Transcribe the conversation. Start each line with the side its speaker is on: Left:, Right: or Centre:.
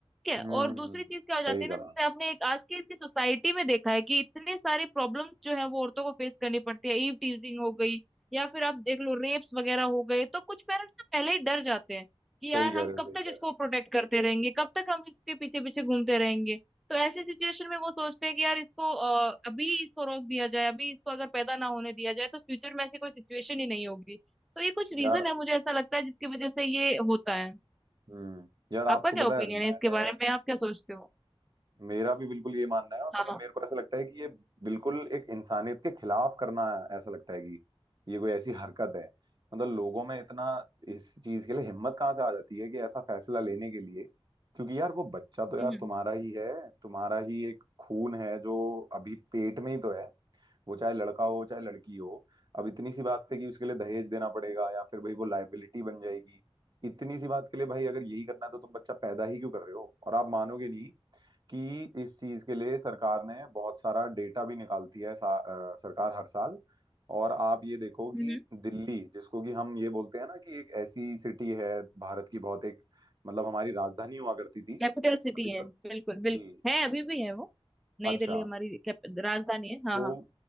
Centre: ठीक है
Right: हम्म
Centre: और दूसरी चीज क्या हो जाती
Right: सही
Centre: है
Right: कहा
Centre: ना जैसे आपने एक आज की इतनी सोसाइटी में देखा है कि इतने सारे प्रॉब्लम्स जो है वो औरतों को फेस करनी पड़ती है ईव टीजिंग हो गई या फिर आप देख लो रेप्स वगैरह हो गए तो कुछ पेरेंट्स तो पहले ही डर जाते हैं कि यार
Right: सही कह
Centre: हम
Right: रहे हो
Centre: कब
Right: सही
Centre: तक
Right: कह
Centre: इसको
Right: रहे
Centre: प्रोटेक्ट करते रहेंगे कब तक हम इसके पीछे पीछे घूमते रहेंगे तो ऐसी सिचुएशन में वो सोचते हैं कि यार इसको अ, अभी इसको रोक दिया जाए अभी इसको अगर पैदा ना होने दिया जाए तो फ्यूचर में ऐसी कोई सिचुएशन ही नहीं होगी तो ये कुछ रीजन
Right: हो यार
Centre: है मुझे ऐसा लगता है जिसकी वजह से ये होता है
Right: हम्म यार आपको
Centre: आपका क्या
Right: पता
Centre: ओपिनियन
Right: है मैंने
Centre: है इसके बारे में आप क्या सोचते हो
Right: मेरा भी बिल्कुल ये मानना है और
Centre: हाँ
Right: मतलब
Centre: हाँ।
Right: मेरे को ऐसा लगता है कि ये बिल्कुल एक इंसानियत के खिलाफ करना ऐसा लगता है कि ये कोई ऐसी हरकत है मतलब लोगों में इतना इस चीज के लिए हिम्मत कहाँ से आ जाती है कि ऐसा फैसला लेने के लिए क्योंकि यार वो बच्चा तो यार
Centre: हम्म
Right: तुम्हारा ही है तुम्हारा ही एक खून है जो अभी पेट में ही तो है वो चाहे लड़का हो चाहे लड़की हो अब इतनी सी बात पे कि उसके लिए दहेज देना पड़ेगा या फिर भाई वो लायबिलिटी बन जाएगी इतनी सी बात के लिए भाई अगर यही करना है तो तुम बच्चा पैदा ही क्यों कर रहे हो और आप मानोगे नहीं कि इस चीज के लिए सरकार ने बहुत सारा डेटा भी निकालती है सा, अ, सरकार हर साल और आप ये देखो कि
Centre: हम्म
Right: दिल्ली जिसको कि हम ये बोलते हैं ना कि एक ऐसी सिटी है भारत की बहुत एक मतलब हमारी राजधानी हुआ करती थी
Centre: कैपिटल सिटी
Right: अभी
Centre: है
Right: तो
Centre: बिल्कुल बिल्कुल
Right: जी
Centre: है अभी भी है वो नई
Right: अच्छा
Centre: दिल्ली हमारी कैप- राजधानी है हाँ
Right: तो
Centre: हाँ